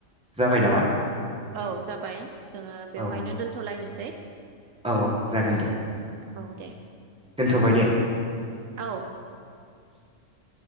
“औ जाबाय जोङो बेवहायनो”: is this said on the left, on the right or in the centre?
Right